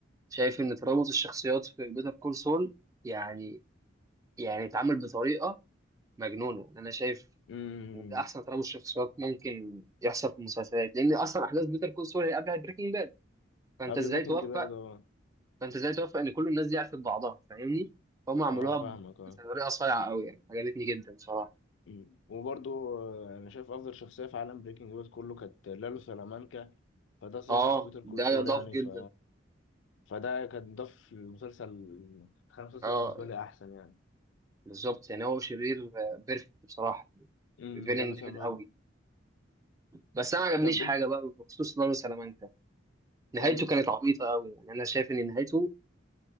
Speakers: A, on the right; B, on the left.
A: شايف ان ترابط الشخصيات في بيتر كول سول يعني يعني اتعمل بطريقه مجنونه يعني انا شايف
B: أمم.
A: ان ده احسن ترابط شخصيات ممكن يحصل في المسلسلات لان اصلا احداث بيتر كول سول هي قبلها بريكنج باد فانت
B: قبل
A: ازاي
B: بريكنج
A: توفق
B: باد اه
A: فانت ازاي توفق ان كل الناس دي عرفت بعضها فاهمني فهم عملوها
B: اه فاهمك
A: ب-
B: اه
A: بطريقه صايعه قوي يعني عجبتني جدا صراحه
B: أمم. وبرضو آه، انا شايف افضل شخصية في عالم بريكنج باد كله كانت لالو سلامانكا فده ظهر
A: اه
B: في بيتر كول
A: ده
B: سول
A: يضاف
B: يعني
A: جدا
B: ف فده كان ضاف المسلسل خلى المسلسل
A: اه
B: بالنسبة لي أحسن يعني
A: بالظبط يعني هو شرير بيرفكت بصراحه
B: امم
A: فيلن
B: لا بس
A: جامد
B: أنا-
A: قوي بس انا ما عجبنيش
B: طب
A: حاجه
B: أنت
A: بقى بخصوص دار سلامانكا نهايته
B: إيه
A: كانت عبيطه قوي يعني انا شايف ان نهايته